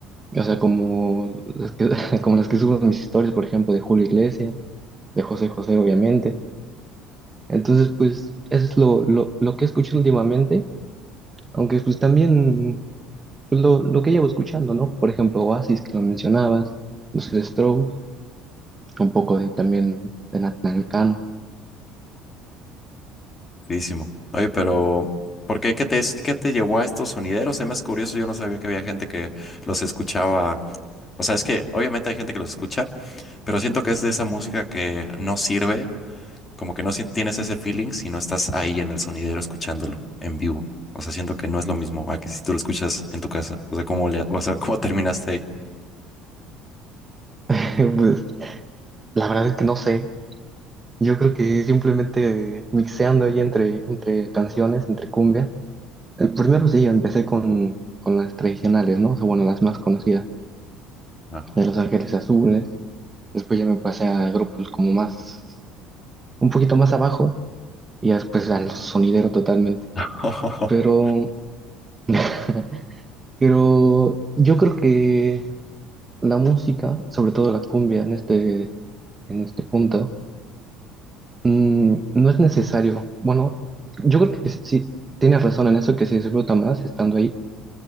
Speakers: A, on the right (about 15°); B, on the left (about 20°).
A: O sea, como las que, <laughs> como las que subo en mis historias, por ejemplo, de Julio Iglesias, de José José, obviamente. Entonces, pues, eso es lo, lo, lo que he escuchado últimamente, aunque pues también pues, lo, lo que llevo escuchando, ¿no? Por ejemplo, Oasis, que lo mencionabas, los Strokes. un poco de también de Natnalcano.
B: buenísimo. Oye, pero ¿por qué? ¿Qué te, qué te llevó a estos sonideros? Es más curioso, yo no sabía que había gente que los escuchaba. O sea, es que obviamente hay gente que los escucha, pero siento que es de esa música que no sirve, como que no si- tienes ese feeling si no estás ahí en el sonidero escuchándolo en vivo. O sea, siento que no es lo mismo a que si tú lo escuchas en tu casa. O sea, ¿cómo le, o sea, cómo terminaste ahí?
A: <laughs> Pues la verdad es que no sé. Yo creo que simplemente mixeando ahí entre, entre canciones, entre cumbias. El primero sí, empecé con, con las tradicionales, ¿no? O sea, bueno, las más conocidas,
B: Ah.
A: de Los Ángeles Azules. Después ya me pasé a grupos como más, un poquito más abajo, y ya después a los sonideros totalmente.
B: <laughs>
A: Pero, <laughs> pero yo creo que la música, sobre todo la cumbia en este, en este punto, Mm, no es necesario. Bueno, yo creo que sí, tienes razón en eso, que se disfruta más estando ahí,